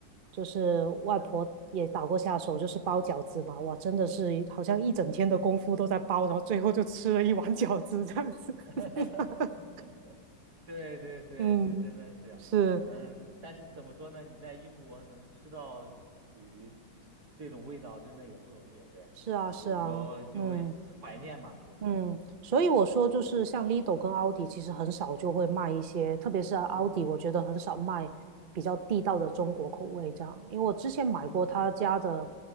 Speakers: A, on the right; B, on the right.
A: 就是外婆也打过下手，就是包饺子嘛。哇，真的是好像一整天的功夫都在包，然后最后就吃了一碗饺子这样子。
B: <laughs>
A: <laughs>
B: 对对对，
A: 嗯，
B: 就真的是，
A: 是
B: 嗯，但是怎么说呢？你在英国能吃到属于这这这种味道，真的也不容易。对，
A: 是啊是啊，
B: 有时候就会怀念嘛，
A: 嗯。
B: 就是，
A: 嗯，所以我说就是像 Lido 跟奥迪，其实很少就会卖一些，特别是奥迪，
B: 嗯
A: 我觉得很少卖比较地道的中国口味这样。因为我之前买过他家的
B: 嗯，